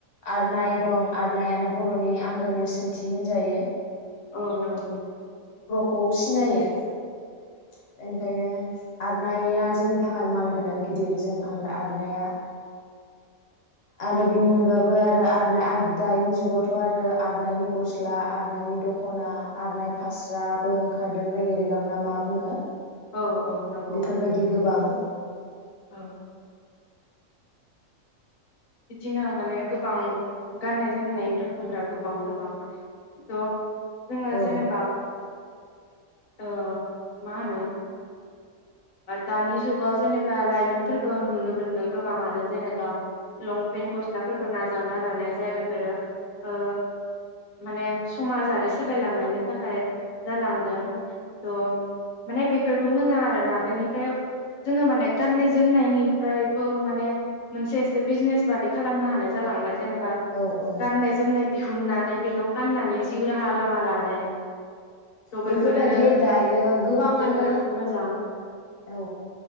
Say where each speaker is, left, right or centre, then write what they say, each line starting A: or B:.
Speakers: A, on the left; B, on the left.
A: आरनाय दं आरनायानो बरनि आंगो नेरसोनथि होनजायो।
B: औ नंगौ ।
A: खौ सिनायो । ओनिखायनो आरनाया जोंनि थाखाय मान गोनां गिदिर जों आन-आरनाया । आरो
B: उम
A: बिनि अनगाबो आर रो आरनाय आर दानि जुगावथ आरो आरनानायनि गस्ला आरनानायनि दखना, आरनाय फास्रा बो ओंखारदों रेगे रेगां ना मा बुङो?
B: औ औ नंगौ
A: बेफोरबायदि गोबां
B: औ । बिदिनो माने गोबां गाननाय जोमनाय रोखोमफ्रा गोबां गोबां थ जोङो
A: औ
B: जेनेबा ओ मा होनो दानि जुगाव जेनेबा लाइमोनफोरखौ नुनो मोनदों गोबाङानो जेनेबा लंपेन्ट गस्लाफोरखौ नाजावना लानाय जाय बेफोरो ओ माने समाजारि सोलायलांनायनि थाखाय जालांदों थ माने बेफोरबो मोजां आरोना। बेनिफ्राय जोङो माने गाननाय जोमनायनिफ्रायबो माने मोनसे एसे बिजनेस बादि खालामनो हानाय जालांबाय । जेनेबा
A: औ औ
B: गाननाय जोमनाय दिहुननानै बेखौ फाननानै जिउ राहा लामा लानाय। थ'
A: बेफोरबायदि
B: बेफोरो
A: दायो गोबाङानो
B: जोबोर मोजां
A: औ